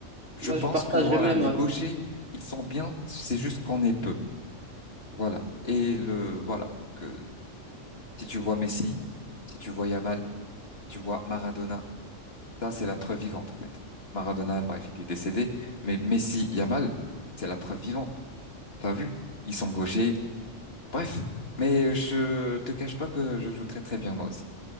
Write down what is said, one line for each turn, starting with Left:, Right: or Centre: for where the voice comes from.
Left: Je
Right: Bah,
Left: pense
Right: je partage
Left: que voilà,
Right: le même
Left: les
Right: avis.
Left: gauchers, ils sont bien, c'est juste qu'on est peu. Voilà. Et le voilà, donc euh, si tu vois Messi, si tu vois Yamal, si tu vois Maradona, ça c'est la preuve vivante en fait. Maradona, bref, il est décédé, mais Messi, Yamal, c'est la preuve vivante. T'as vu? Ils sont gauchers. Bref, mais je te cache pas que je joue très très bien moi aussi.